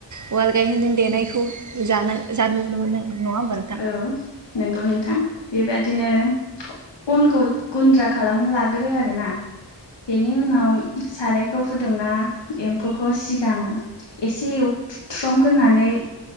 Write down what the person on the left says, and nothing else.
औ नंगौ नोंथां बेबादिनो अनखौ गुन्द्रा खालामना लाग्रो आरोना बेनि उनाव
साराय खौ फुदुंना एम्फौखौ सिगां एसे एवथ्रमग्रोनानै